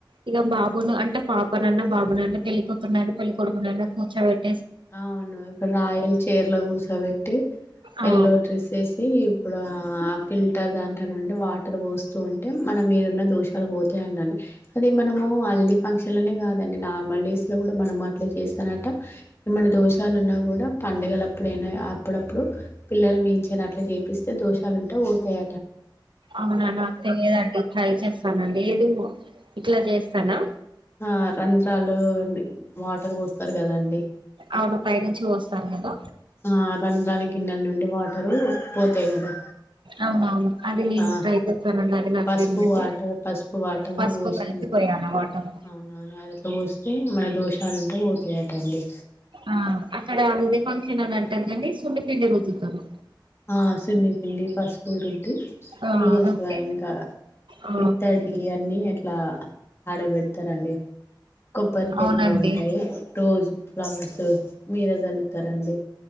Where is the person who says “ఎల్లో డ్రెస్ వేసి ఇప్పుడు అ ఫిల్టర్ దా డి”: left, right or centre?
Left